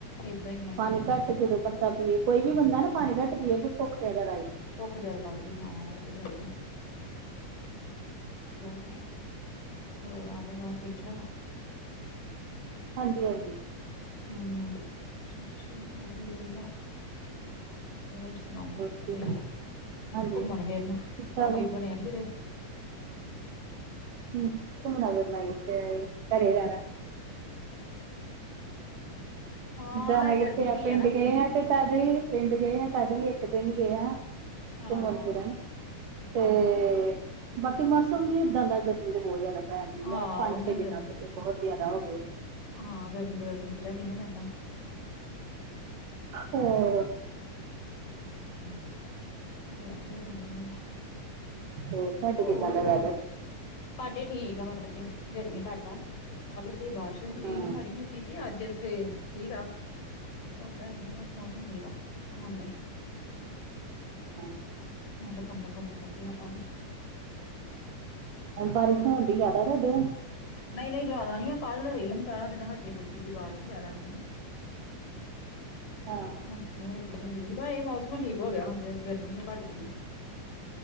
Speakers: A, on the left; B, on the right.
A: ਏਦਾਂ ਈ ਐ
B: ਪਾਣੀ
A: ਕੇ।
B: ਘੱਟ ਜਦੋਂ ਬੱਚਾ ਪੀਏ, ਕੋਈ ਵੀ ਬੰਦਾ ਨਾ ਪਾਣੀ ਘੱਟ ਪੀਏ ਭੁੱਖ ਜ਼ਿਆਦਾ ਲੱਗਦੀ ਏ।
A: ਭੁੱਖ ਜ਼ਿਆਦਾ ਲੱਗਦੀ, ਹਾਂ ਉਹ ਤੇ ਹੈਗੀ ਐ ਆ ਕੇ। ਹੋਰ ਆਂਢ-ਗੁਆਂਢ ਠੀਕ-ਠਾਕ?
B: ਹਾਂਜੀ-ਹਾਂਜੀ।
A: ਹੂੰ, ਚਲੋ ਵਧੀਆ ਚਾਹੀਦਾ। ਹੋਰ ਸੁਣਾਓ?
B: ਹੋਰ
A: ਕੋਈ
B: ਠੀਕ ਹੋ? ਹਾਂਜੀ
A: ਘੁੰਮਣ
B: ਠੀਕ
A: ਫਿਰਨ
B: ਠਾਕ
A: ਦਾ ਕੋਈ
B: ਆ। ਹੂੰ
A: ਬਣਿਆ ਨੀ ਕਿਤੇ?
B: ਹੂੰ ਘੁੰਮਣਾ ਫਿਰਨਾ ਏ। ਘਰੇ ਰਹਿਣਾ।
A: ਹਾਂ
B: ਜਾਣਾ
A: ਇਹ
B: ਕਿੱਥੇ
A: ਗਰਮੀ
B: ਆ,
A: ਵੀ
B: ਪਿੰਡ
A: ਨਾ
B: ਗਏ ਆ ਤੇ ਤਦ ਵੀ- ਪਿੰਡ ਗਏ ਆ ਤਦ ਵੀ, ਇੱਕ ਦਿਨ ਗਏ ਆ।
A: ਹਾਂ
B: ਘੁੰਮਣ ਫਿਰਨ ਤੇ
A: ਹਾਂ ਹਾਂ
B: ਬਾਕੀ ਮੌਸਮ ਵੀ ਏਦਾਂ ਦਾ ਗਰਮੀ ਮੇਰੇ ਬਹੁਤ ਜ਼ਿਆਦਾ ਭੈਣ ਦੀ
A: ਹਾਂ
B: ਯਾਰ, ਪੰਜ-ਛੇ
A: ਉਹੀ ਨਾ
B: ਦਿਨਾਂ
A: ਗਰਮੀ
B: ਤੋਂ ਬਹੁਤ ਜ਼ਿਆਦਾ ਹੋ ਗੇ।
A: ਹਾਂ, ਗਰਮੀ ਦੇ ਕਰਕੇ ਨਿਕਲਿਆ ਵੀ ਨੀ ਨਾ ਜਾਂਦਾ।
B: ਹੂੰ।
A: ਹੂੰ। ਚਲੋ ਵਧੀਆ ਚੰਗਾ ਹੋ ਗਿਆ।
B: ਹੋਰ ਤੁਹਾਡੇ
A: ਹੋਰ
B: ਕਿੱਦਾਂ ਦਾ ਵੈਦਰ?
A: ਸਾਡੇ ਠੀਕ ਆ ਮਤਲਬ ਕੇ, ਗਰਮੀ ਘੱਟ ਆ। ਕੱਲ ਤੇ ਬਾਰਿਸ਼ ਹੁੰਦੀ ਰਹੀ
B: ਹੂੰ।
A: ਮਾੜੀ ਮੋਟੀ, ਤੇ ਅੱਜ ਤੇ ਠੀਕ ਆ। ਧੁੱਪ ਹੈਗੀ ਬਸ ਮੌਸਮ ਠੀਕ ਆ ਹੁਣ ਤੇ।
B: ਅੱਛਾ।
A: ਹੁਣ ਤੇ ਕੰਬਲ-ਕੁੰਬਲ ਕੱਢੇ ਆਪਾਂ ਨੇ।
B: ਬਾਰਿਸ਼ ਹੋਣ ਦੀ ਜ਼ਿਆਦਾ ਤੁਹਾਡੇ?
A: ਨਹੀਂ-ਨਹੀਂ ਜਿਆਦਾ ਨੀ ਆ, ਕੱਲ ਰਹੀ ਸਾਰਾ ਦਿਨ ਹਲਕੇ ਫੁਲਕੀ ਜਿਹੀ ਬਾਰਿਸ਼, ਜ਼ਿਆਦਾ ਨੀ ਸੀ।
B: ਹਾਂ।
A: ਹਲਕੀ-ਹਲਕੀ ਜੀ ਹੁੰਦੀ ਰਹੀ, ਪਰ ਇਹ ਮੌਸਮ ਠੀਕ ਹੋ ਗਿਆ ਹੁਣ ਜੇ ਗਰਮੀ ਓ ਘੱਟ ਗਈ ਆ।